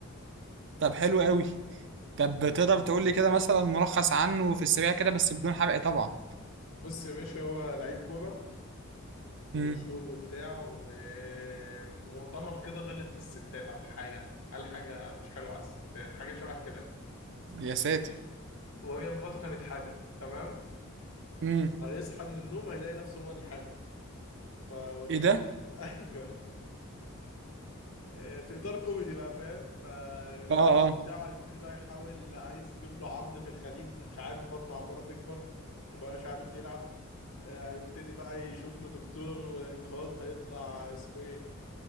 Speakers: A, on the right; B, on the left.
A: طب حلو قوي طب تقدر تقول لي كده مثلا ملخص عنه في السريع كده بس بدون حرق طبعا
B: بص يا باشا هو لعيب كوره ومشهور
A: امم
B: وبتاع وفي مؤتمر كده غلط في الستات او حاجه قال حاجه مش حلوه على الستات حاجه شبه كده
A: يا ساتر
B: وهي مراته كانت حامل تمام
A: امم
B: هيصحى من النوم هيلاقي نفسه هو اللي حامل فوكيل
A: ايه ده؟
B: <laughs> ايوه آه، في اطار كوميدي بقى فاهم فالوكيل
A: اه اه
B: بتاعه يبتدي بقى يحاول عايز يجيب له عرض في الخليج ومش عارف بطنه عماله تكبر ومبقاش عارف يلعب آه، هيبتدي بقى يشوف له دكتور اجهاض هيطلع اسمه ايه